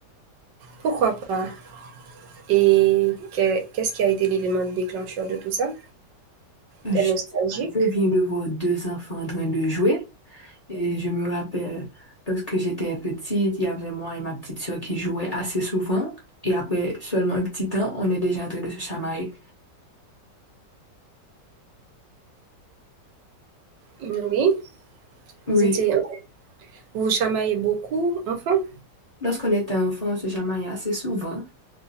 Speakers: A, on the right (about 80°); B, on the left (about 30°).
A: Pourquoi pas? Et que- qu'est-ce qui a été l'élément déclencheur de tout ça?
B: Je
A: T'es nostalgique?
B: sais pas, je viens de voir deux enfants en train de jouer. Et je me rappelle, lorsque j'étais petite, il y avait moi et ma petite sœur qui jouaient assez souvent. Et après seulement un petit temps, on est déjà en train de se chamailler.
A: Oui.
B: Oui,
A: Vous étiez, vous chamaillez beaucoup, enfin?
B: lorsqu'on était enfant, on se chamaillait assez souvent.